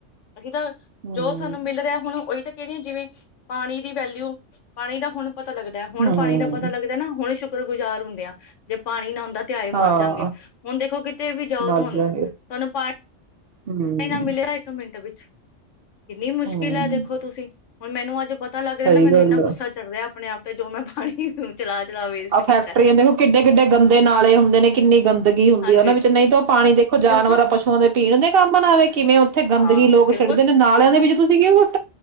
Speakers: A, on the left (about 80°); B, on the right (about 60°).
A: ਅਸੀਂ ਤਾਂ
B: ਹਮ
A: ਜੋ ਸਾਨੂੰ ਮਿਲ ਰਿਹਾ ਹੁਣ ਉਹੀ ਤੇ <unintelligible> ਜਿਵੇਂ ਪਾਣੀ ਦੀ ਵੈਲਿਊ, ਪਾਣੀ ਦਾ ਹੁਣ ਪਤਾ ਲੱਗਦਾ, ਹੁਣ
B: ਹਮ
A: ਪਾਣੀ ਦਾ ਪਤਾ ਲੱਗਦਾ ਨਾ ਹੁਣ ਸ਼ੁ ਗੁਜ਼ਾਰ ਹੁੰਨੇ ਆਂ ਜੇ ਪਾਣੀ ਨਾ ਹੁੰ ਦਾ ਤਿਆਏ
B: ਹਾਂ
A: ਮਰ ਜਾਂਗੇ ਹੁਣ ਦੇਖੋ ਕਿਤੇ ਵੀ ਜਾਓ
B: ਮਰ
A: ਤੁਹਾਨੂੰ,
B: ਜਾਗੇ
A: ਤੁਹਾਨੂੰ ਪਾ
B: ਹਮ
A: ਨਹੀਂ ਮਿਲਿਆ ਇੱਕ ਮਿੰਟ ਵੀ। ਕਿੰਨੀ ਮੁਸ਼ਕਿਲ
B: ਹਮ
A: ਹੈ, ਦੇਖੋ ਤੁਸੀਂ ਹੁਣ ਮੈਨੂੰ ਅੱਜ ਪਤਾ ਲੱਗ ਰਿਹਾ
B: ਸਹੀ
A: ਨਾ, ਮੈਨੂੰ
B: ਗੱਲ
A: ਇੰਨਾ ਗੁੱਸਾ
B: ਆ
A: ਚੜ੍ਹ ਰਿਹਾ ਆਪਣੇ ਆਪ ਤੇ ਜੋ ਮੈਂ ਪਾਣੀ ਚਲਾ-ਚਲਾ ਵੇਸਟ
B: ਆਹ
A: ਕੀਤਾ
B: ਫੈਕਟਰੀਆਂ ਦੇਖ ਕਿੱਡੇ ਕਿੱਡੇ ਗੰਦੇ ਨਾਲੇ ਹੁੰਦੇ ਨੇ ਕਿੰਨੀ ਗੰ ਗਦਗੀ ਹੁੰਦੀ
A: ਹਾਂਜੀ
B: ਹੈ ਉਹਨਾਂ ਵਿੱਚ ਨਹੀਂ ਤਾਂ ਉਹ ਪਾਣੀ ਦੇਖੋ ਜਾਨਵਰਾਂ
A: ਬਿਲਕੁਲ
B: ਪਸੂਆਂ ਦੇ ਪੀਣ ਦੇ ਕੰਮ ਨਾ ਵੇ ਕਿਵੇਂ ਉੱਥੇ ਗੰਦਗੀ
A: ਹਾਂ
B: ਲੋਕ
A: ਬਿਲਕੁਲ
B: ਸੜਦੇ ਨੇ ਨਾਲਿਆਂ ਦੇ ਵੀ ਤੁਸੀ <unintelligible>